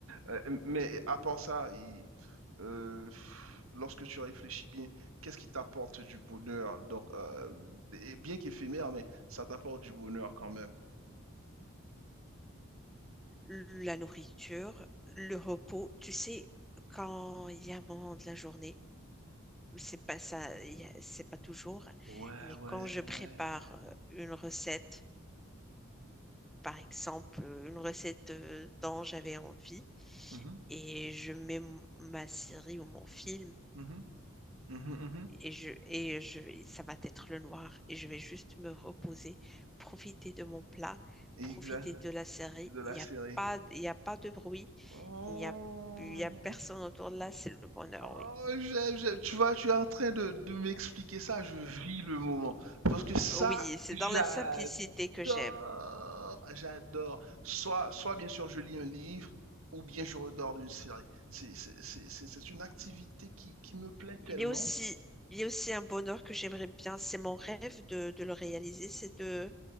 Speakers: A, on the right (about 75°); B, in the centre.
A: Euh, mais à part ça, il- euh, lorsque tu réfléchis bien, qu'est-ce qui t'apporte du bonheur? Donc, euh, et bien qu'éphémère, mais ça t'apporte du bonheur quand même.
B: La nourriture, le repos, tu sais, quand il y a un moment de la journée c'est pas ça, y a- c'est pas toujours,
A: Ouais,
B: mais
A: ouais,
B: quand je
A: ouais.
B: prépare euh, une recette, par exemple, euh, une recette euh, dont j'avais envie,
A: Mhm,
B: et je mets mon- ma série ou mon film,
A: mhm, mhm, mhm. Mmh mh. Mmh
B: et je, et je, vais- ça va être le noir, et je vais juste me reposer, profiter de mon plat, profiter
A: Exact,
B: de la série,
A: de
B: il
A: la
B: n'y a
A: série.
B: pas, il y a pas de bruit,
A: Oh!
B: il n'y a, il y a personne autour de là, c'est le bonheur,
A: Oh,
B: oui.
A: j'aime, j'aime. Tu vois, tu es en train de de m'expliquer ça, je vis le moment. Parce que ça,
B: Oui, c'est
A: j'adore!
B: dans la simplicité que j'aime.
A: J'adore. Soit soit bien sûr je lis un livre ou bien je regarde une série. C'est c'est c'est c'est c'est une activité qui qui me plaît
B: Il
A: tellement.
B: y a aussi, il y a aussi un bonheur que j'aimerais bien, c'est mon rêve de, de le réaliser, c'est de,